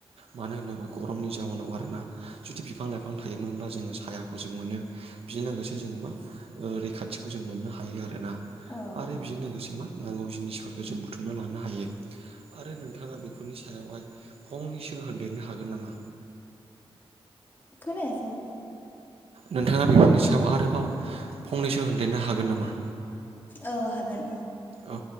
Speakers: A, on the right; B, on the left.
A: मानो होनोब्ला गरमनि जाउनाव आरो ना जुदि बिफां लाइफां थायोमोनब्ला जोङो सायाखौ जों मोनो। बिजों लोगोसे जोङो मा ओ रैखाथिखौ जों मोननो हायो आरो ना।
B: औ
A: आरो बिदिजों लोगोसे मा नांगौ जिनिसफोरखौ जों बुथुमना लानो हायो। आरो नोंथाङा बेफोरनि सायावहाय फंनैसो होनदेरनो हागोन नामा?
B: खोनायासै?
A: नोंथाङा बेफोरनि सायाव आरोबाव फंनैसो होनदेरनो हागोन नामा?
B: औ हागोन।
A: औ